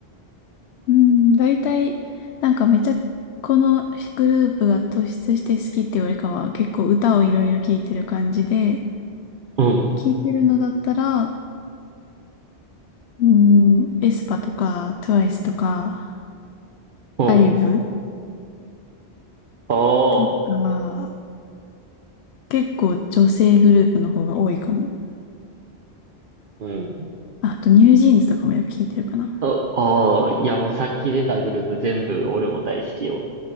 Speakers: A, on the left; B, on the right.
A: うん。だいたい、なんかめちゃ、このグループが突出して好きっていうよりかは、結構歌をいろいろ聴いてる感じで、
B: うん、
A: 聴いてるのだったら、うん、エスパとか、トゥワイスとか、
B: うん。
A: IVE
B: あ
A: とか、
B: あ、
A: 結構女性グループの方が多いかも。
B: うん。
A: ああと、ニュージーンズとかもよく聴いてるかな。
B: あ、ああ、いやもうさっき出たグループ全部俺も大好きよ。